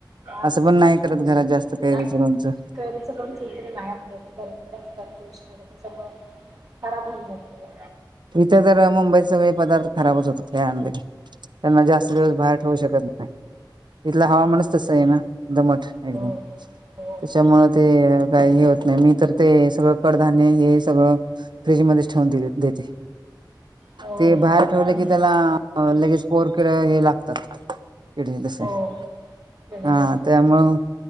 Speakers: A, on the right; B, on the right.
A: हा
B: असं पण नाही करत घरात जास्त, कैरीचं
A: नाही
B: लोणचं.
A: कैरीचं लोणचं इकडे नाही आपल्या इकडे कारण जास्त असते उष्णता त्याच्यामुळ. खराब हो <unintelligible> जात.
B: इथे तर मुंबईत सगळे पदार्थ खराबच होतात काय आणल की, त्यांना जास्त दिवस बाहेर ठेवू शकत नाही. इथलं
A: हम्म.
B: हवामानच तसय ना, दमट एकदम.
A: हो हो
B: त्याच्यामुळे ते काही हे होत नाही. मी तर ते, सगळं कडधान्य हे सगळं फ्रीजमध्येच ठेवून दे देते.
A: हो
B: ते बाहेर ठेवले
A: हम्म.
B: की त्याला लगेच पोरकड हे लागतात. कीडे तसे
A: हो
B: हा.
A: किडे पडतात
B: त्यामु
A: त्याच्यात.